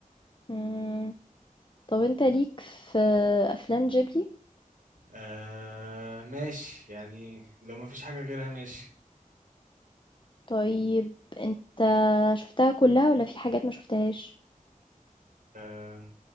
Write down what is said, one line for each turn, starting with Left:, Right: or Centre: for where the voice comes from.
Left: إمم. طب انت ليك في افلام جيبلي
Right: آه ماشي يعني لو ما فيش حاجه غيرها ماشي
Left: طيب انت شفتها كلها ولا في حاجات ما شفتهاش
Right: آه